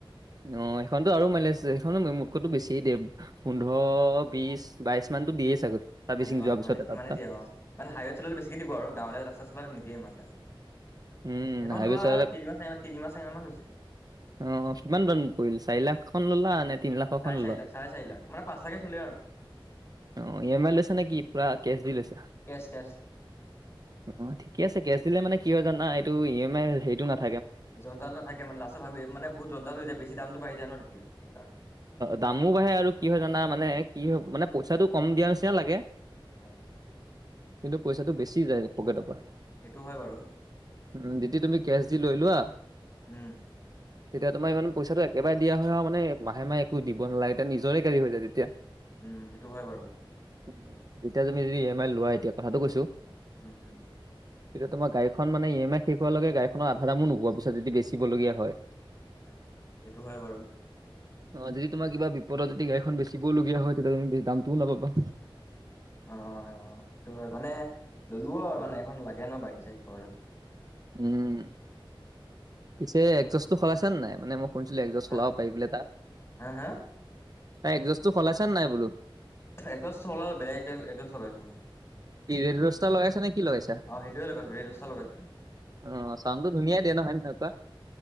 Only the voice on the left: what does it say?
হয় নে অ
সিমানে
সিমানে
দিয় অ মানে হাইৱেত চলালে বেছিকে দিব আৰু গাঁৱলীয়া ৰাস্তাত চলালে নিদ, য়মানটা
সেইখন
লোৱা
তিনিম তিনি মাহ চাৰি মান মাহ হৈছে
চাৰে
চাৰি লাখ চাৰে চাৰ লা মানে পচ লাখে চলি
কেচ কেচ
জনজাল নথাকে মানে লাষ্টৰ ভাবি মানে বহুত জনজাল হৈ যায় বেছি দামো বাঢ়ি য ন তেতিয়া সেইকাৰণে
আহ
সেইটো হয় বাৰু
উম
উম সেইটো হয় বাৰু,
উম উম
হয় এইটো হয়। বাৰু।
অ অ সেইটো হয় মানে ললো আৰু মানে এখন লাগে ন বাইক চাইক ঘৰত।
হা
হা হা
এগছ ওল বেলেগ এগ এজছ লগাইছো মই।
অ সেইটোৱে লগাইছো ৰেডষ্টাৰ লগাইছো